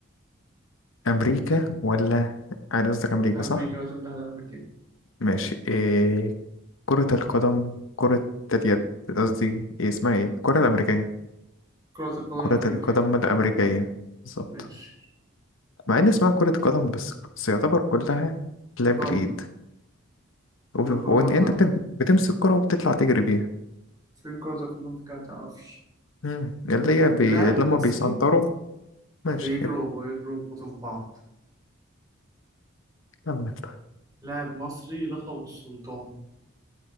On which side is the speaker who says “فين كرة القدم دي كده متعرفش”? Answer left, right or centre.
Right